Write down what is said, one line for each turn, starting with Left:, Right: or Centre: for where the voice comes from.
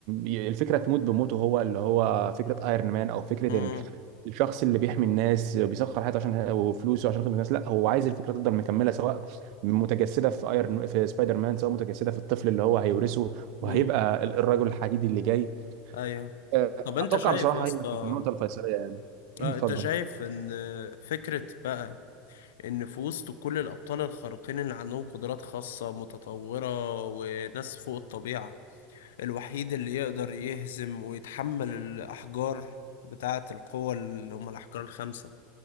Right: ي- الفكره تموت بموته هو اللي هو فكره ايرون مان او فكره
Left: امم
Right: الشخص اللي بيحمي الناس وبيسخر حياته عشان وفلوسه عشان خدمه الناس لا هو عايز الفكره تفضل مكمله سواء متجسده في ايرون في سبايدر مان سواء متجسده في الطفل اللي هو هيورثه
Left: امم
Right: وهيبقى ال- الرجل الحديدي اللي جاي
Left: ايوه
Right: آه،
Left: طب انت
Right: اتوقع
Left: شايف
Right: بصراحه
Left: يا اسطى
Right: هي كانت النقطه الفيصليه يعني <clears throat>
Left: آه
Right: اتفضل
Left: انت شايف ان فكرة بقى ان في وسط كل الابطال الخارقين اللي عندهم قدرات خاصة متطورة وناس فوق الطبيعة الوحيد اللي يقدر يهزم ويتحمل الأحجار بتاعة القوة اللي هم الأحجار الخمسة